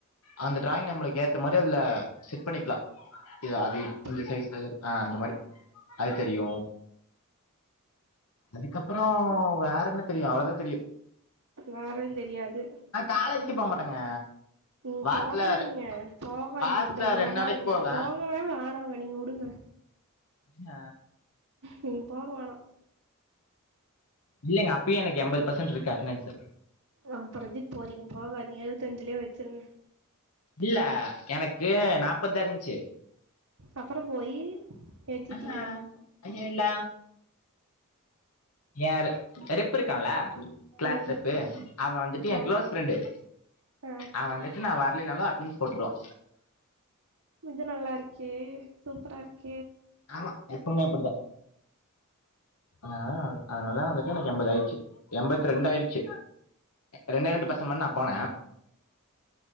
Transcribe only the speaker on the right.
அப்படி
வேறந் தெரியாது
நீங்
போகாதீங்க போகாதீங்க
தண்டமாருங்க
போகவே வேணா நீங்க வுடுங்க
நீங் போக வேணா
அஹ் அப்புறோ எதுக்கு போறீங்க போகாதீங்க எழுவத் அஞ்சுலயே வெச்சிருங்க
அப்புறோ போயி ஏத்திட்டீங்க
ம்
ஆ
ஆ
இது நல்லா இருக்கே சூப்பரா இருக்